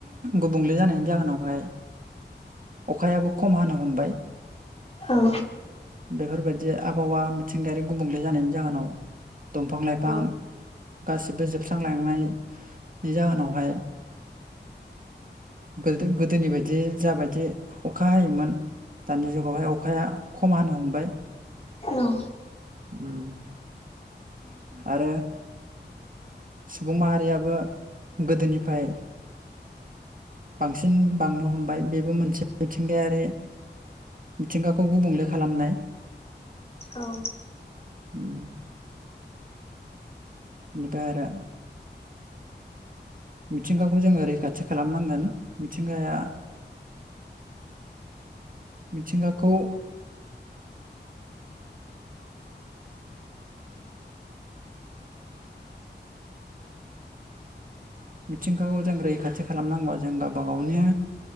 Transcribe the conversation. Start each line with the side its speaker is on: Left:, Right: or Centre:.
Right: गुबुंले जानायनि जाहोनावहाय अखायाबो खम हानो हमबाय।
Left: औ
Right: बेफोरबायदि आबहावा मिथिंगायारि गुबुंले जानायनि जाहोनाव दंफां-लाइफां
Left: औ
Right: गासिबो जोबस्रांलांनाय नि जाहोनावहाय गोदो गोदोनि बायदि जाबायदि अखा हायोमोन दानि जुगावहाय अखाया खम हानो हमबाय।
Left: औ
Right: उम आरो। सुबुं माहारियाबो गोदोनिफाय बांसिन बांनो हमबाय बेबो मोनसे मिथिंगायारि मिथिंगाखौ गुबुंले खालामनाय
Left: औ
Right: उम दा आरो मिथिंगाखौ जोंङो रैखाथि खालामनांगोन मिथिंगाया मिथिंगाखौ मिथिंगाखौ जों रैखाथि खालामनांगौ जों गावबा गावनो